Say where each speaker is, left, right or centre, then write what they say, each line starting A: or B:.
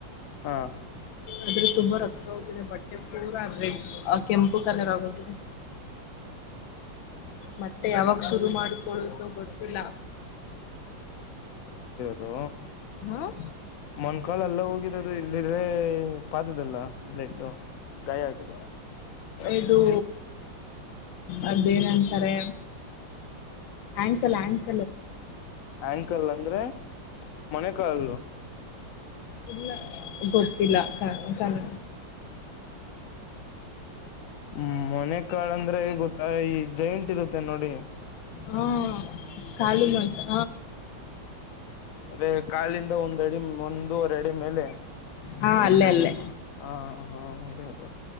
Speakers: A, on the left; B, on the left.
A: ಹ
B: ಆದ್ರೆ ತುಂಬಾ ರಕ್ತ ಹೋಗಿದೆ ಬಟ್ ಟೆ ಫುಲ್ಲಾಗ್ ರೆಡ್ ಅ ಕೆಂಪು ಕಲರ್ ಆಗೋಗಿದೆ. ಮತ್ತೆ ಯಾವಾಗ್ ಶುರು ಮಾಡ್ಕೊಳ್ಳೋದು ಗೊತ್ತಿಲ್ಲ.
A: ದು
B: ಹ
A: ಮನ್ಕಾಳೆಲ್ಲ ಹೋಗಿರದು ಇಲ್ಲಿದ್ರೆ ಪಾದುದಲ್ಲ ಬ್ಲೆಡ್ ಗಾಯ ಆಗಿದೆ?
B: ಇದು ಅದೇನಂತಾರೆ ಆ್ಯಂಕಲ್ ಆ್ಯಂಕ್
A: ಆ್ಯಂಕಲ್ ಅಂದ್ರೆ ಮೊಣ ಕಾಲು? <inaudible>
B: ಇಲ್ಲ ಗೊತ್ತಿಲ್ಲ ಕ ಕನ್
A: ಹ್ಮ್ ಮೊಣೆ ಕಾಲಂದ್ರೆ ಗೊತ್ತಾ ಈ ಜೈಂಟ್ ಇರುತ್ ತೆ ನೋಡಿ
B: ಹೂಂ ಕಾಲಿಂದ್ ಒಂಥಾ
A: ಅದೇ ಕಾಲಿಂದ ಒಂದಡಿ ಒಂದೂವರಡಿ ಮೇಲೆ
B: ಹಾಂ ಅಲ್ಲೇ ಅಲ್ಲೇ.
A: ಹಾಂ ಹಾಂ ಅದೇ ಅದೇ